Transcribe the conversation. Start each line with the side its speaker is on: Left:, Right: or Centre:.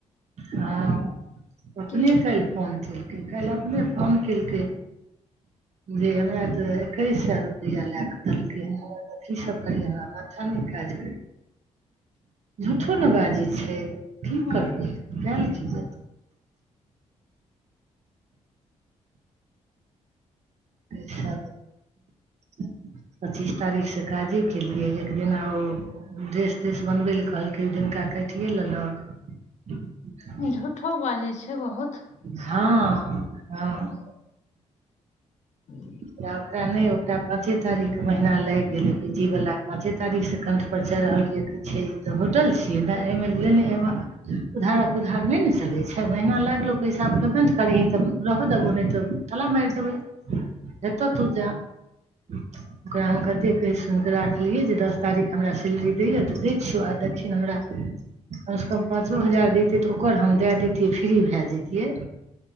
Right: हँ अपने
Left: की
Right: काल्हि फोन केलकै काल्हि अपने फोन केलकै जी हमरा तऽ एकैसे रुपैआ लए क देलकै हमथी सब करियै हम माथा नहि काज कर झूठो ने बाजै छै की
Left: उ
Right: करबै कहल चीज ख पच्चीस तारीख से काजे केलियै एक दिना ओ ड्रेस त्रेस बनबै लए कहलकै ओ दिनका काटिए लेलक ह
Left: झूठो बाजै छै बहुत
Right: हँ हँ
Left: <inaudible>
Right: ओरा ओकरा नहि ओकरा पाँचे तारीखके महीना लागि गेलै बिीजी वला पाँचे तारखसँ क पर च रहल यै कहै छै ई तऽ होटल छियै ने एहिमे लेनेमे उधारा पुधार नहि ने चलै छै छओ महीना लागलौ पैसा पेमेन्ट करिही तऽ रहऽ देबौ नहि तऽ ताला मारि देबै एतऽ तू जा ओकरा हम कते कहै सुन कऽ राखलिय जे दस तारीख हमरा सैलरी दै य कमसँ कम पाँचो हजार दैतै तऽ ओकर हम दए दैतियै फ्री भए जैतियै